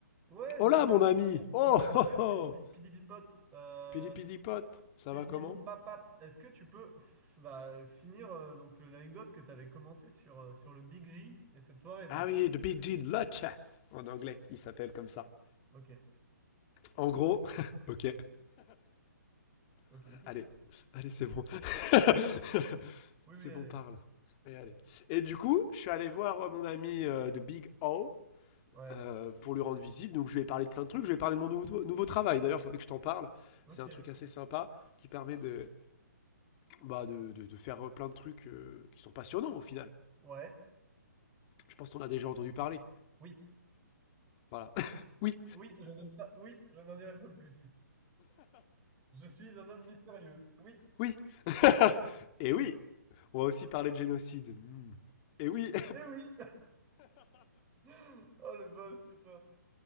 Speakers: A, on the right (about 15°); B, on the left (about 30°).
A: Ouais,
B: Hola
A: donc
B: mon
A: mon,
B: ami
A: mon-
B: Oh
A: mon super
B: oh oh
A: pidipi- pidipipote, euh,
B: Pidi pidi pote, ça
A: pidibibou
B: va comment
A: papap, est-ce que tu peux f- bah, finir euh, donc euh, l'anecdote que tu avais commencé sur, euh, sur le Big J et cette soirée donc.
B: Ah oui, The Big G de Lodge En anglais, il s'appelle comme ça.
A: Ok,
B: En gros, <laughs> ok.
A: ok.
B: <laughs> allez, allez, c'est bon. <laughs>
A: Oui,
B: c'est
A: oui, allez.
B: bon, parle. Et, allez. Et du coup, je suis allé voir euh, mon ami euh, de Big O
A: Ouais.
B: euh, pour lui rendre visite. Donc je lui ai parlé de plein de trucs. Je lui ai parlé de mon nouveau, nouveau travail. D'ailleurs, il faudrait que je t'en parle.
A: Ok.
B: C'est un truc assez sympa qui permet de, bah, de, de- de faire euh, plein de trucs euh, qui sont passionnants au final.
A: Ouais.
B: Je pense qu'on a déjà entendu parler.
A: Oui.
B: Voilà. <laughs> oui,
A: Oui, je n'en pas. Oui, je n'en dirai pas plus. Je suis un homme mystérieux. Oui.
B: oui. <laughs> Et oui, on va aussi parler de génocide. Hmm. Et oui.
A: Eh oui. <laughs> Oh le boss, putain.